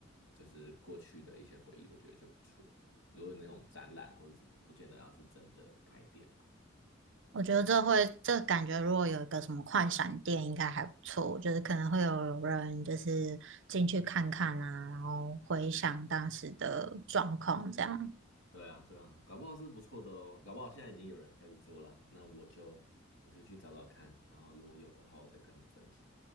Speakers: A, on the left (about 70°); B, on the right (about 65°).
A: 就是过去的一些回忆，我觉得就不错了如果有那种展览或者什么，不见得要是真的开店啦。
B: 我觉得这会，这感觉如果有一个什么快闪店，应该还不错。就是可能会有人就是进去看看啊，然后回想当时的状况这样。
A: 对啊，对啊，搞不好是不错的哦，搞不好现在已经有人开始做了，那我就我就去找找看，然后如果有的话，我再跟你分享。